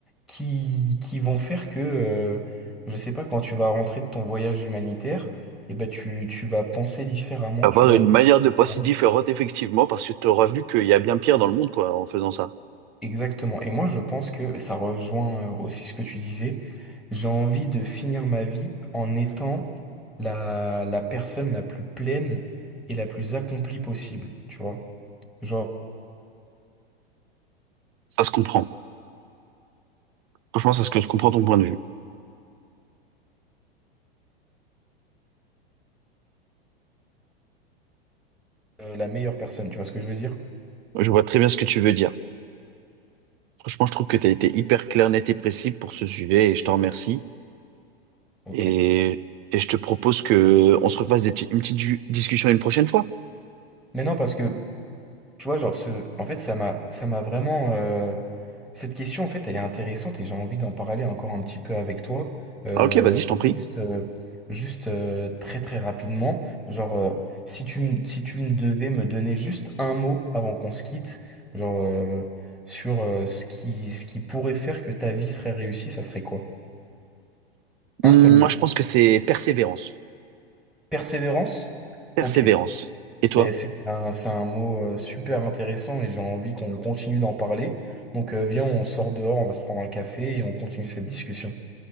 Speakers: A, in the centre; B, on the right.
A: qui qui vont faire que euh, je sais pas quand tu vas rentrer de ton voyage humanitaire, et ben tu tu vas penser différemment,
B: Avoir
A: tu vas
B: une
A: vivre.
B: manière de penser
A: différemment.
B: différente, effectivement, parce que tu auras vu qu'il y a bien pire dans le monde, quoi, en faisant ça.
A: Exactement. Et moi, je pense que ça rejoint euh, aussi ce que tu disais. J'ai envie de finir ma vie en étant la, la personne la plus pleine et la plus accomplie possible, tu vois. Genre,
B: Ça se comprend. Franchement, c'est ce que je comprends ton point de vue.
A: euh, la meilleure personne, tu vois ce que je veux dire?
B: Je vois très bien ce que tu veux dire. Franchement, je trouve que tu as été hyper clair, net et précis pour ce sujet et je t'en remercie.
A: Ok.
B: Et, et je te propose que on se refasse des petits- une petite du- discussion une prochaine fois.
A: Mais non, parce que Tu vois, genre, ce... en fait, ça m'a ça m'a vraiment. euh, Cette question, en fait, elle est intéressante et j'ai envie d'en parler encore un petit peu avec toi. Euh,
B: Ah, ok, vas-y, je t'en
A: juste
B: prie.
A: euh, juste euh, très très rapidement. Genre, euh, si tu, me- si tu me devais me donner juste un mot avant qu'on se quitte, genre, euh, sur euh, ce qui, ce qui pourrait faire que ta vie serait réussie, ça serait quoi? Un
B: Hum,
A: seul mot.
B: Moi, je pense que c'est persévérance.
A: Persévérance?
B: Persévérance.
A: Ok.
B: Et toi?
A: Ben, c'est c'est un, c'est un mot euh, super intéressant et j'ai envie qu'on continue d'en parler. Donc euh, viens, on sort dehors, on va se prendre un café et on continue cette discussion.